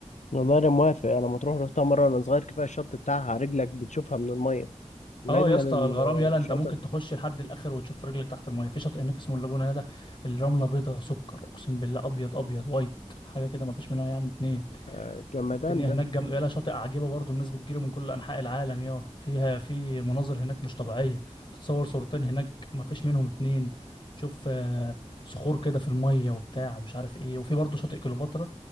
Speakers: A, on the left; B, on the left.
A: والله انا موافق انا مطروح رحتها مره وانا صغير كفايه الشط بتاعها رجلك بتشوفها من الميه من
B: اه
A: اجمل
B: يا اسطى
A: ال-
B: الغرام يلا
A: الشواطئ
B: انت ممكن تخش لحد الاخر وتشوف رجلك تحت الميه في شاطئ هناك اسمه اللاجونه يلا الرمله بيضه سكر اقسم بالله ابيض ابيض وايت حاجه كده ما فيش منها يعني اتنين
A: آه، جمدان
B: الدنيا
A: ده
B: هناك جم... يلا شاطئ عجيبه برضو الناس بتجيله من كل انحاء العالم يا فيها في مناظر هناك مش طبيعيه تتصور صورتين هناك ما فيش منهم اتنين تشوف آه، صخور كده في الميه وبتاع ومش عارف ايه وفي برضو شاطئ كليوباترا